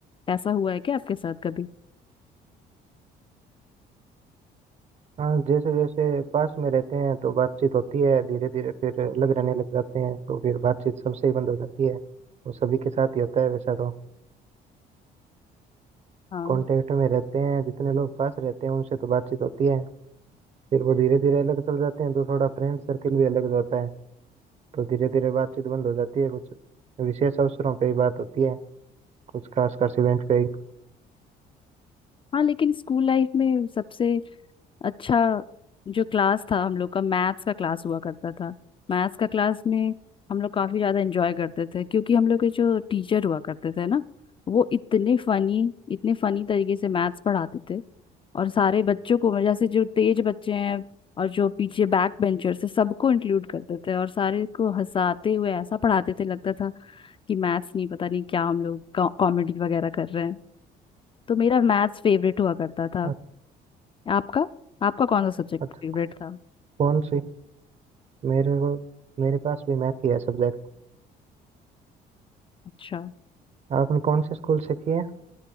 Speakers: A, on the left; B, on the right.
A: ऐसा हुआ है क्या आपके साथ कभी
B: हाँ जैसे जैसे पास में रहते हैं तो बातचीत होती है धीरे धीरे फिर अलग रहने लग जाते हैं तो फिर बातचीत सबसे ही बंद हो जाती है वो सभी के साथ ही होता है वैसा तो
A: हाँ
B: कांटेक्ट में रहते हैं जितने लोग पास रहते हैं उनसे तो बातचीत होती है फिर वो धीरे धीरे अलग चल जाते हैं तो थोड़ा फ्रेंड सर्किल भी अलग होता है तो धीरे धीरे बातचीत बंद हो जाती है कुछ विशेष अवसरों पे ही बात होती है कुछ खास खास इवेंट पे ही
A: हाँ लेकिन स्कूल लाइफ में सबसे अच्छा जो क्लास था हम लोग का मैथ्स का क्लास हुआ करता था मैथ्स का क्लास में हम लोग काफी ज्यादा एंजॉय करते थे क्योंकि हम लोग के जो टीचर हुआ करते थे ना वो इतने फनी इतने फनी तरीके से मैथ्स पढ़ाते थे और सारे बच्चों को जैसे जो तेज बच्चे हैं और जो पीछे बैक बेंचर्स है सबको इंक्लूड करते थे और सारे को हंसाते हुए ऐसा पढ़ाते थे लगता था कि मैथ्स नहीं पता नहीं क्या हम लोग कॉमेडी वगैरह कर रहे हैं तो मेरा मैथ्स फेवरेट हुआ करता था
B: अ-
A: आपका आपका कौन सा सब्जेक्ट
B: अच्छा
A: फेवरेट था
B: कौन सी मेरे को मेरे पास भी मैथ ही है सब्जेक्ट
A: अच्छा
B: आपने कौन से स्कूल से किया